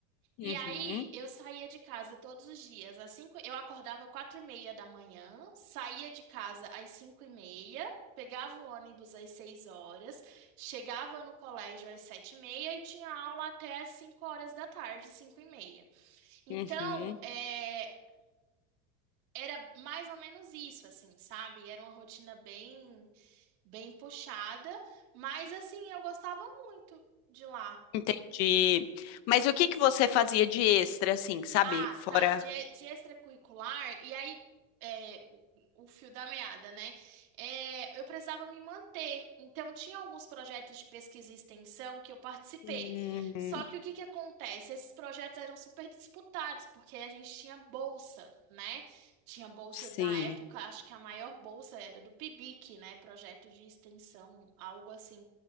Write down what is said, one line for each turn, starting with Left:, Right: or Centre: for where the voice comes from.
Left: Uhum,
Right: E aí, eu saía de casa todos os dias. Às cinco, eu acordava quatro e meia da manhã, saía de casa às cinco e meia, pegava o ônibus às seis horas, chegava no colégio às sete e meia e tinha aula até às cinco horas da tarde, cinco e meia. Então,
Left: uhum.
Right: é, era mais ou menos isso, assim, sabe? Era uma rotina bem, bem puxada, mas assim, eu gostava muito de lá.
Left: Entendi. Mas o que que você fazia de extra, assim, sabe?
Right: Ah,
Left: Fora.
Right: tá. De, de extracurricular, e aí é, o o fio da meada, né? É, eu precisava me manter. Então, tinha alguns projetos de pesquisa e extensão que eu participei.
Left: Hum,
Right: Só que o que que acontece? Esses projetos eram super disputados, porque a gente tinha bolsa, né? Tinha bolsa
Left: sim.
Right: na época, acho que a maior bolsa era do PIBIC, né? Projeto de extensão, algo assim.